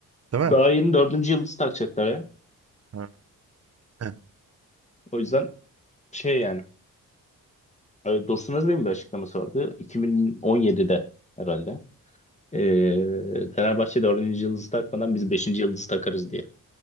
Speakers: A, on the right; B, on the left.
A: değil mi?
B: Daha yeni dördüncü yıldız takacaklar ya.
A: Ha, he.
B: O yüzden şey yani. e, Dursun Özbey'in bir açıklaması vardı. 2017'de herhalde. Ee, Fenerbahçe dördüncü yıldızı takmadan biz beşinci yıldızı takarız diye.